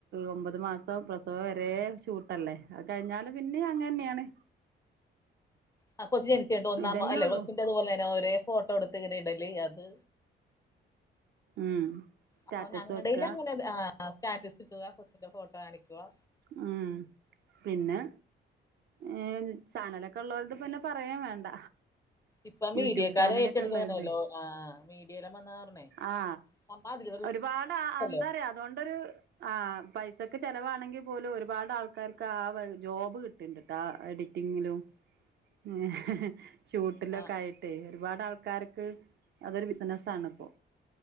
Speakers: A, on the right; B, on the left.
A: ഒമ്പത് മാസം പ്രസവം വരെ ഷൂട്ടല്ലേ, അത് കഴിഞ്ഞാല് പിന്നിം അങ്ങന്നെയാണ്
B: ആ കൊച്ച ജനചിട്ട് ഒന്നാമ
A: ഇതന്നെ
B: അല്ലെ
A: ഉള്ളൂ
B: കൊചി തുപോലെ തന്നെ ഒരേ ഫോട്ടോ എടുത്ത് ഇങ്ങന ഇടൽ അത്
A: ഉം സ്റ്റാറ്റസ്
B: ആ ഞങ്ങളടൽ
A: വെക്കുക
B: അങ്ങനെ ആ സ്റ്റാറ്റസ് കിട്ടുക, കൊച്ചിന്റെ ഫോട്ടോ കാണിക്കുവാ
A: ഉം പിന്നെ ഏ ചാനലൊക്കെ ഉള്ളോണ്ട് പിന്നെ പറയേ വേണ്ട
B: ഇപ്പൊ
A: യൂട്യൂബ്
B: മീഡിയക്കാര്
A: ചാനലൊക്കെ
B: ഏറ്റെടുത്തണല്ലോ,
A: ഉള്ളവരുടെ
B: ആഹ് മീഡിയയിലും വന്നാ പറഞ്ഞേ
A: ആ
B: നമ്മ അതിൽ
A: ഒരുപാട് എന്താ
B: <unintelligible>
A: പറയുക അതുകൊണ്ടൊരു ആ പൈസക്ക് ചെിലവാണെങ്കിൽ പോലും ഒരുപാട് ആൾക്കാർക്ക് ആ ജോബ് കിട്ടിണ്ട്ട്ടോ ആ എഡിറ്റിങ്ങിലും ഉ ഷൂട്ടിലൊക്കെ
B: ആഹ്
A: ആയിട്ട് ട്ടെ ഒരുപാട് ആൾക്കാർക്ക് അതൊരു ബിസിനസാണ് ഇപ്പോ